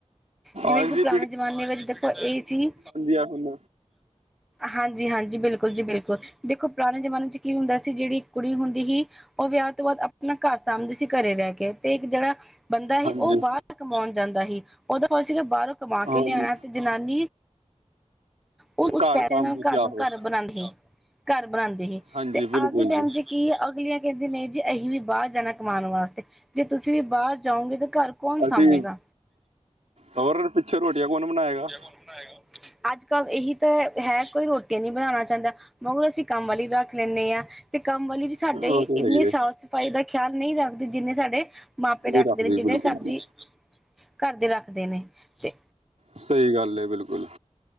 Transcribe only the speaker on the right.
ਅੱਜ
ਦੀ
ਤੇ ਹੁਣ
ਹਾਂਜੀ,
ਹੁਣ
ਘਰ
ਸਾਂਭਦੀ
ਸੀ
ਆਹੋ।
ਹਾਂਜੀ
ਬਿਲਕੁਲ
ਜੀ,
ਅਸੀਂ
ਹੋਰ ਪਿੱਛੋਂ ਰੋਟੀਆਂ ਕੌਣ ਬਣਾਏਗਾ।
ਉਹ ਤੇ
ਹੈ ਹੀ ਏ,
ਨਹੀਂ
ਬਿਲਕੁਲ
ਜੀ।
ਸਹੀ ਗੱਲ ਏ ਬਿਲਕੁਲ